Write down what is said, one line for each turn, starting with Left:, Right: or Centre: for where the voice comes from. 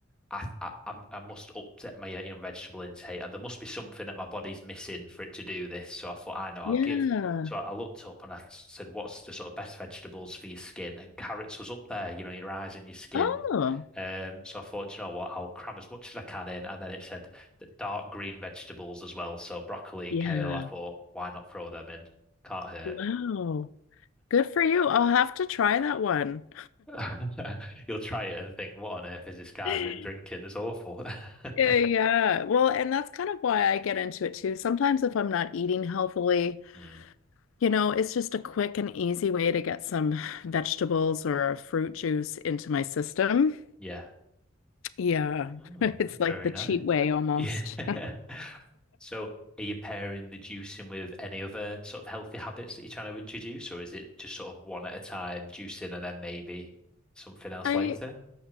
Centre: I, I I'm- I must update my uh, you know, vegetable intake, and there must be something that my body's missing for it to do this. So I thought, I know, I'll
Left: yeah.
Centre: give. So I I looked up and I said, "What's the sort of best vegetables for your skin?" And carrots was up there. You know, your eyes and your skin.
Left: Oh,
Centre: Um, so I thought, "Do you know what? I'll cram as much as I can in, and then it said the dark green vegetables as well. So broccoli and
Left: yeah.
Centre: kale, I thought, why not throw them in? Can't hurt.
Left: Wow. Good for you. I'll have to try that one.
Centre: <laughs> You'll try it and think, what on earth is this guy
Left: <laughs>
Centre: been drinking? It's awful. <laughs>
Left: Yeah, yeah. Well, and that's kind of why I get into it too. Sometimes if I'm not eating healthily,
Centre: Mm,
Left: you know, it's just a quick and easy way to get some vegetables or fruit juice into my system.
Centre: yeah.
Left: Yeah.
Centre: Mm,
Left: <laughs> It's like
Centre: very
Left: the cheat
Centre: nice.
Left: way almost.
Centre: Yeah. <laughs> So are you pairing the juicing with any other sort of healthy habits that you're trying to introduce, or is it just sort of one at a time, juicing and then maybe something
Left: <laughs>
Centre: else
Left: I
Centre: later?